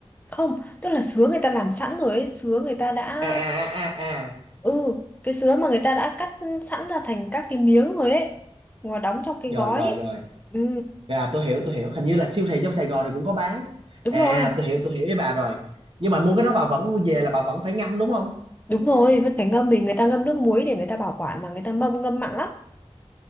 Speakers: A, on the left; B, on the right.
A: không tức là sứa người ta làm sẵn rồi ấy sứa người ta đã
B: à à à à à
A: ừ cái sứa mà người ta đã cắt sẵn ra thành các cái miếng rồi ấy mà đóng trong cái
B: rồi
A: gói
B: rồi
A: ấy
B: rồi
A: ừ
B: à tôi hiểu tôi hiểu hình như là siêu thị trong Sài Gòn thì cũng có bán
A: đúng
B: à
A: rồi
B: tôi hiểu tôi hiểu với bà rồi nhưng mà mua cái đó bà vẫn về là bà vẫn phải ngâm đúng không
A: đúng rồi vẫn phải ngâm vì người ta ngâm nước muối để người ta bảo quản mà người ta mâm ngâm mặn lắm